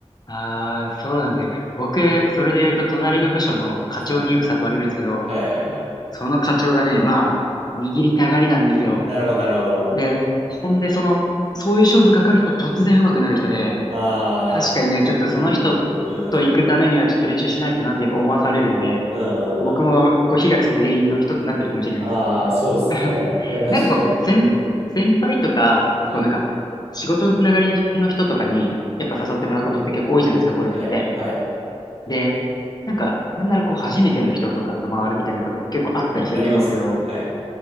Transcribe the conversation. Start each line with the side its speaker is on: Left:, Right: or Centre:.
Left: ああ、そうなんですね。
Right: そ
Left: 僕、それで言うと、隣の部署の課長によく誘われるんですけど、
Right: う。はい。はいはいはい。
Left: その課長がね、まあ、握りたがりなんですよ。
Right: なるほど、なるほど。
Left: で、ほんで、その、そういう勝負かかると突然上手くなる人で、
Right: ああ、
Left: 確かにね、
Right: いるいるいる。
Left: ちょっとその人
Right: うん。
Left: と行くためにはちょっと練習しないとなってやっぱ思わされるんで、
Right: うん
Left: 僕もこう火がつく原因の一つになってるかもしれないです。
Right: うんうん。ああ、そうですね。
Left: <laughs>
Right: いや、確かに。
Left: なんかこう、先、
Right: うん。
Left: 先輩とか、
Right: うん。
Left: こうなんか、仕事のつながりの人とかに、やっぱ誘ってもらうことって結構多いじゃないですか、ゴルフって。
Right: はい。はい。
Left: で、なんか、なんならこう、初めての人とかと回るみたいなことも結構あったりすると思うんですけど、
Right: うん。ありますね。はい。